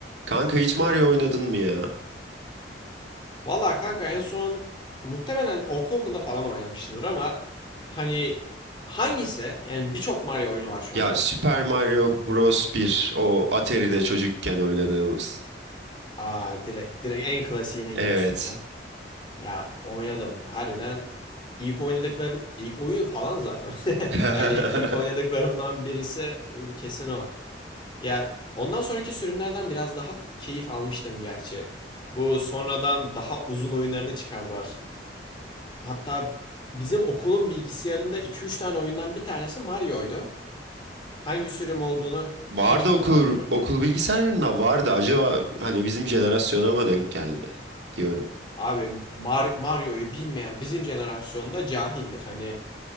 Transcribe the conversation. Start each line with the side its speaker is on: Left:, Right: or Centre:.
Right: Kanka hiç Mario oynadın mı ya?
Left: Valla kanka en son muhtemelen ortaokulda falan oynamışsındır ama hani hangisi? Yani birçok Mario oyunu var şu
Right: Ya
Left: anda.
Right: Super Mario Bros. bir o Atari'de çocukken oynadığımız.
Left: Aa direkt direkt en klasiğine
Right: Evet.
Left: gidiyorsun ya. Ya oynadım harbiden. İlk oynadıklarım ilk oyun falan zaten. <laughs>
Right: <laughs>
Left: Hani ilk oynadıklarımdan birisi e, kesin o. Ya ondan sonraki sürümlerden biraz daha keyif almıştım gerçi. Bu sonradan daha uzun oyunlarını çıkardılar. Hatta bizim okulun bilgisayarında iki üç tane oyundan bir tanesi Mario'ydu. Hangi sürüm olduğunu
Right: Vardı
Left: hiç hatırlamıyorum.
Right: okul okul bilgisayarında vardı. Acaba hani bizim jenerasyona mı denk geldi diyorum.
Left: Abi Mar- Mario'yu bilmeyen bizim jenerasyonda cahildir. Hani